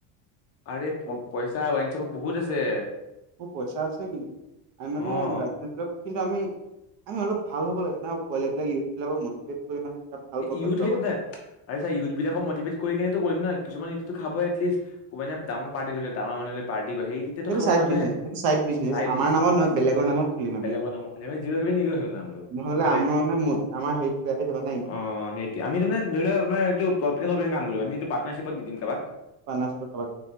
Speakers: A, on the left (about 35°); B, on the right (about 50°).
A: আৰে প
B: মোৰ
A: পইচা ৱাইনচাপত বহুত আছে।
B: টো পইচা আছে কিন্তু, আঁ মানে
A: অ
B: লাইচেঞ্চৰ কিন্তু আমি আমি অলপ ভাল হ'ব লাগে ন, পোৱালি বিলাক ইউথ বিলাকক বিশেষকৈ মানে এটা ভাল পথত
A: ইউথ
B: যাব
A: সেইটো
B: লাগে
A: না, আৰে চা ইউথ বিলাকক মটিভেট কৰি কেনে কৰিম না কিছুমান ইউথ খাব এটলিষ্ট ক'বানে ডাঙৰ পাৰ্তি ধৰিলে, ডাঙৰ মানুহলে পাৰ্টি কৰে সেই এতিয়াতো
B: সেইটো
A: খাব
B: চাইড
A: মানুহে,
B: বিজনেছ সেইটো চাইড বিজনেছ
A: চাইড
B: আমাৰ
A: বিজনেচ
B: নামত নহয় বেলেগৰ নামত খুলিম আমি
A: বেলেগৰ নাম শুনি আমি যিৰ কিবি নিদিয়ে হেনো নামটো।
B: নহলে
A: এইটো
B: আমাৰ মানে আমাৰ হেৰিটো বেয়া হৈ যাব নাই।
A: অঁ সেইটো, আমি তামানে ধৰি লোৱা আমাৰ এইটো প্ৰপে দৰে কাম কৰিম, আমি টো পাৰ্টনাৰশ্বিপত দি দিম কাৰোবাক।
B: পাৰ্টনাৰশ্বিপ কৰবাক,